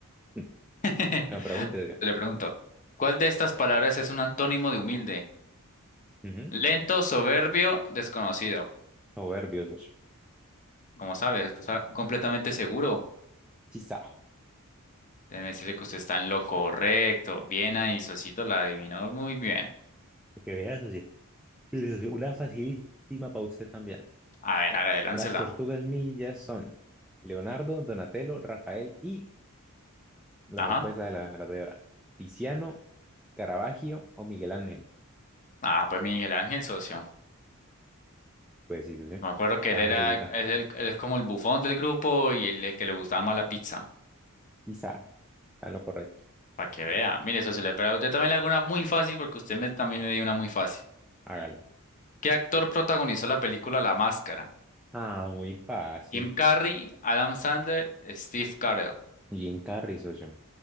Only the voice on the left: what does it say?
<laughs>
Le pregunto, ¿cuál de estas palabras es un antónimo de humilde?
Lento, soberbio, desconocido.
Como sabes, usted está completamente seguro.
Déjeme decirle que usted está en lo correcto. Bien ahí, Sosito la adivinó muy bien.
A ver, hágale, láncela.
Ajá.
Ah, pues Miguel Ángel, socio.
Me acuerdo que
él era,
él, él- él es como el bufón del grupo y el, que le gustaba más la pizza.
Para que vea. Mire, socio, le, pero yo también le hago una muy fácil porque usted me, también me dio una muy fácil.
¿Qué actor protagonizó la película La Máscara?
Jim Carrey, Adam Sandler, Steve Carell.